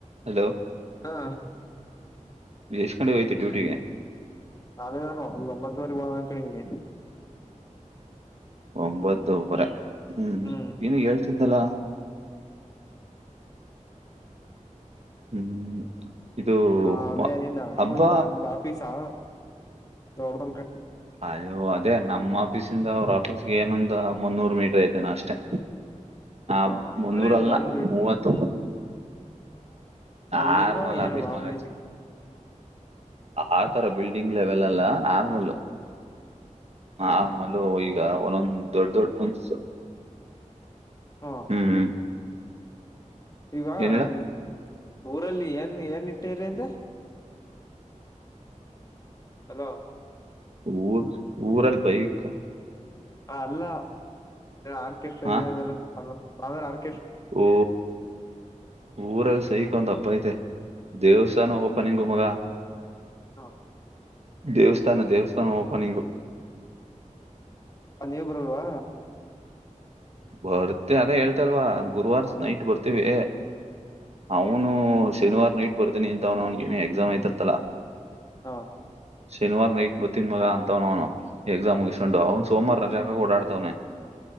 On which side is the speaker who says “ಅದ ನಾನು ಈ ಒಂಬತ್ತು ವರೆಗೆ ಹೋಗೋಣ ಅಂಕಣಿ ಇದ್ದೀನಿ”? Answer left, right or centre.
Left